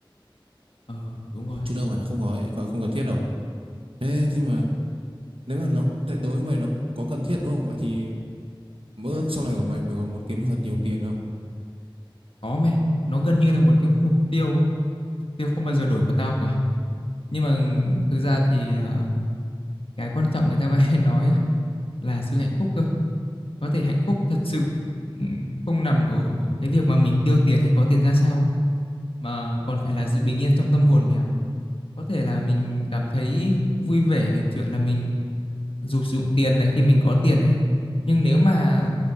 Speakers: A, on the left; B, on the right.
A: ờ đúng rồi
B: chứ đâu phải là không có có- không cần thiết đâu thế nhưng mà nếu mà nó đối với mày nó cũng có cần thiết đúng không vậy thì mơ ước sau này của mày mày có muốn kiếm được thật nhiều tiền không
A: có mày nó gần như là một cái mục tiêu mục tiêu không bao giờ đổi của tao cả nhưng mà thực ra thì ờ, cái quan trọng người ta vẫn hay nói á, là sự hạnh phúc cơ có thể hạnh phúc thật sự ừm, không nằm ở cái việc mà mình tiêu tiền hay có tiền ra sao mà còn phải là sự bình yên trong tâm hồn mày ạ có thể là mình cảm thấy vui vẻ về chuyện là mình dù sử dụng tiền này khi mình có tiền này nhưng nếu mà